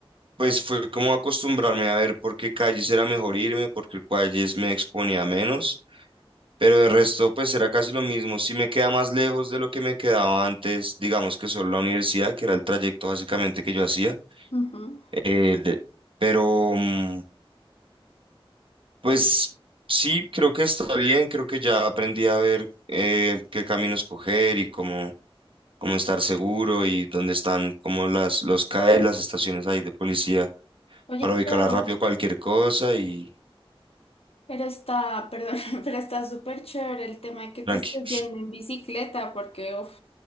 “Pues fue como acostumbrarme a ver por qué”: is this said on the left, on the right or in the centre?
Right